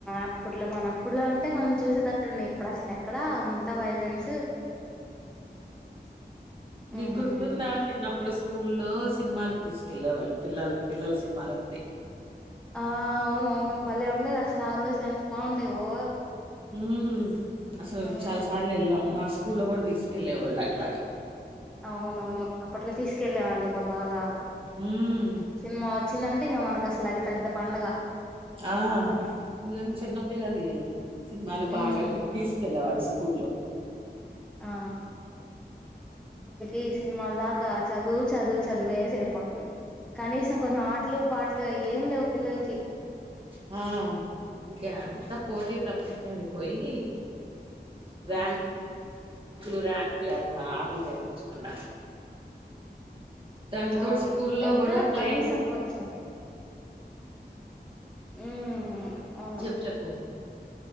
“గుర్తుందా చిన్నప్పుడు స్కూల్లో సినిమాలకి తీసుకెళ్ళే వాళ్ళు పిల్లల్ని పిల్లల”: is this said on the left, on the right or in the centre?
Right